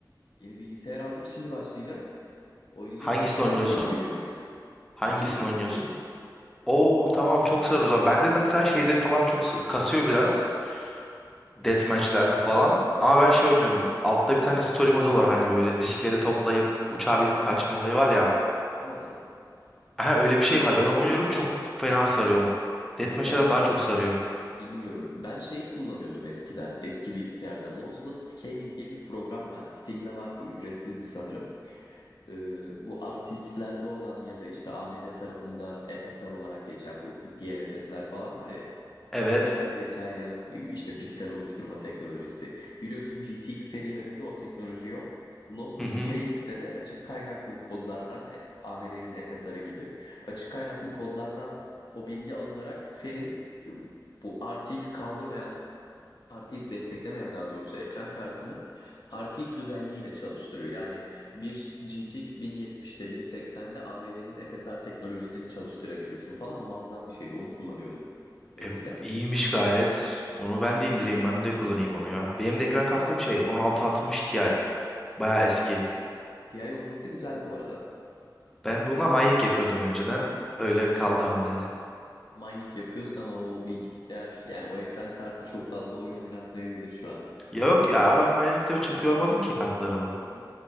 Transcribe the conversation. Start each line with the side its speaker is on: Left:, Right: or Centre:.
Left: Yeni bilgisayar aldım, şimdi başlayacağım. Oynayacak
Centre: Hangisini
Left: arkadaş
Centre: oynuyorsun?
Left: yok diye oynamıyordum.
Centre: Hangisini
Left: 2042.
Centre: oynuyorsun? Oo tamam çok sarı o zaman. Bende de mesela şeyde falan çok sı- kasıyor biraz. Deathmatch'lerde falan. Ama ben şey oynuyorum. Altta bir tane story modu var hani böyle diskleri
Left: Hı hı.
Centre: toplayıp uçağa binip kaçma olayı var ya.
Left: Al al al.
Centre: Aha, öyle bir şey var. Ben onu oynuyorum çok fena sarıyor. Deathmatch'ten
Left: Ben onu
Centre: daha çok sarıyor.
Left: Bilmiyorum. Ben şey kullanıyordum eskiden. Eski bilgisayarda Lossless Scaling diye bir program var. Steam'de var bu. Ücretsizdi sanırım. Ee, bu RTX'lerde olan ya da işte AMD tarafında FSR olarak geçen bu DLSS'ler falan var ya.
Centre: Evet.
Left: Yapay zekayla işte piksel oluşturma teknolojisi. Biliyorsun GTX serilerinde o teknoloji yok. Bu Lossless
Centre: Hı hı.
Left: Scaling'te de açık kaynaklı kodlardan AMD'nin FSR'ı gibi açık kaynaklı kodlardan o bilgi alınarak senin e, bu RTX kaldırmayan RTX desteklemeyen daha doğrusu ekran kartını RTX özelliğiyle çalıştırıyor. Yani bir GTX 1070'te 1080'de AMD'nin FSR teknolojisini çalıştırabiliyorsun falan muazzam bir şeydi. Onu kullanıyordum eskiden.
Centre: E, iyiymiş gayet. Onu ben de indireyim, ben de kullanayım onu ya. Benim de ekran kartım şey 1660 Ti. Baya eski.
Left: TI olması güzel bu arada.
Centre: Ben bununla mining yapıyordum önceden. Öyle kaldı bende.
Left: Mining yapıyorsan o bilgisayar yani o ekran kartı çok fazla oyun oynatmayabilir şu an.
Centre: Ya Yok ya ben mining'de çok yormadım ki kartlarımı.
Left: Hı hı.